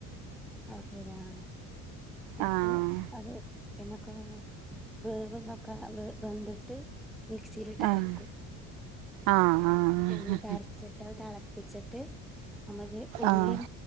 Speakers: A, in the centre; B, on the right (about 80°).
A: <unintelligible> ന്നട്ട്
B: ആഹ്
A: അത് പിന്നൊക്കെ വേവ്തൊക്കെ വെന്ത്‌ട്ട് മിക്സിലിട്ട്
B: ആഹ്
A: അരക്കും
B: ആഹ് ആഹ്
A: എന്നിട്ട് അര ച്ചിട്ട് തെളപ്പിച്ചിട്ട് നമ്മളത് ഉള്ളീം
B: ആഹ്